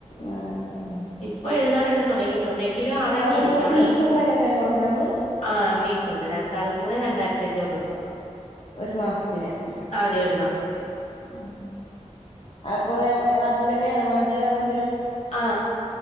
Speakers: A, on the left; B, on the left.
A: ആഹ് ആഹ്
B: ഇപ്പൊ എഴുതാനൊക്കെ തുടങ്ങിയിട്ടുണ്ട് എങ്കിലും അടങ്ങിയിരിക്കവിടെ
A: അവിടെ എന്താ ഫീസും കാര്യം എന്തേലും കൊടുക്കണോ നമ്മള്
B: ആ ഫീസ് ഉണ്ട് രണ്ടാൾ കൂടെ രണ്ടായിരത്തി അഞ്ഞൂറ് രൂപ
A: ഒരു മാസത്തിന്
B: അതെ ഒരു മാസത്തേക്ക്
A: <unintelligible> പ്പോ <unintelligible> അടുത്തെന്നേണോ വണ്ടിയവൻ
B: ആ